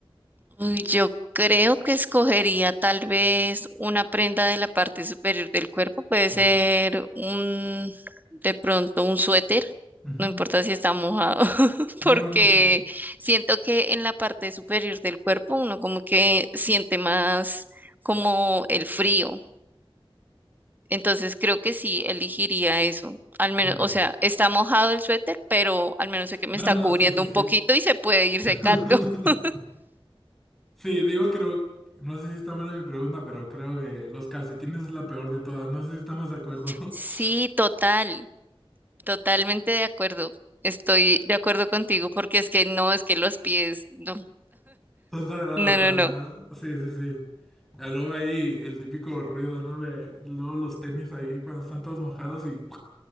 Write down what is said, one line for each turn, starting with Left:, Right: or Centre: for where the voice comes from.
Right: Uy, yo creo que escogería tal vez una prenda de la parte superior del cuerpo. Puede ser
Centre: Ok.
Right: un, de pronto un suéter.
Centre: Ujú.
Right: No importa si está mojado, <laughs>
Centre: No,
Right: porque
Centre: no, no, sí.
Right: siento que en la parte superior del cuerpo uno como que siente más como el frío. Entonces creo que sí elegiría eso. Al menos,
Centre: Muy bien.
Right: o sea, está mojado el suéter, pero al menos sé que me
Centre: No,
Right: está
Centre: no,
Right: cubriendo
Centre: sí, sí,
Right: un
Centre: sí.
Right: poquito y se puede ir secando.
Centre: <laughs>
Right: <laughs>
Centre: Sí, digo, creo, no sé si está buena mi pregunta, pero creo que los calcetines es la peor de todas. No sé si estamos de acuerdo.
Right: Sí,
Centre: <laughs>
Right: total, totalmente de acuerdo. Estoy de acuerdo contigo porque es que no, es que los pies, no,
Centre: Son sagrados
Right: no,
Centre: para...
Right: no, no,
Centre: Sí, sí, sí. Ya luego ahí el típico ruido, ¿no? De luego los tenis ahí cuando están todos mojados y...